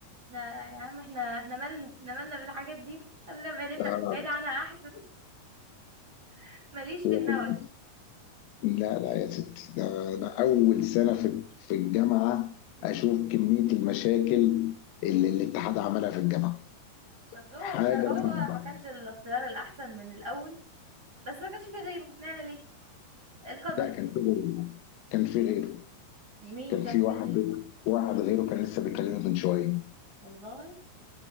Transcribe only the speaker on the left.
آه،
هو
في- لا لا يا ستي ده, ده اول سنه في في الجامعه
اشوف كميه المشاكل اللي الاتحاد عملها في الجامعه
حاجه
صعبه
لا كان في غيره كان في غيره
كان
في
واحد
واحد غيره كان لسه بيكلمني من شويه